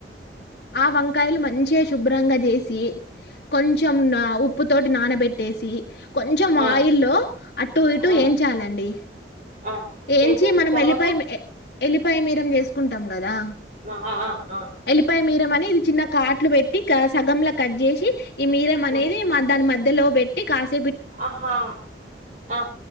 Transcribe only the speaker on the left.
ఆ వంకాయలు మంచిగా శుభ్రంగా చేసి కొంచెం ఉప్పు తోటి నానబెట్టేసి కొంచెం
ఆయిల్లో అటు ఇటు
ఏంచాలండి
ఏంచి
మనం
ఎల్లిపాయ ఎల్లిపాయ మీరం చేసుకు కుంటాము దా
ఎల్లిపాయ మీరమని చిన్న కాట్లు పెట్టి సగంలా కట్ చేసి ఈ మీరం అనేది
మా దాని మధ్యలో పెట్టి కాస్